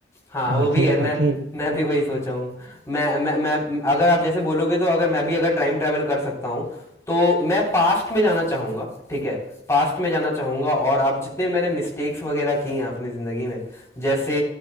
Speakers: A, on the left; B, on the right.
A: हाँ वो
B: और
A: भी
B: फिर
A: है मैं
B: आके
A: मैं भी वही सोचा हूँ मैं मैं मैं अगर आप जैसे बोलोगे तो अगर मैं भी अगर टाइम ट्रैवल कर सकता हूँ तो मैं पास्ट में जाना चाहूँगा ठीक है पास्ट में जाना चाहूँगा और आप जितने मैंने मिस्टेक्स वगैरह किए हैं अपनी ज़िंदगी में जैसे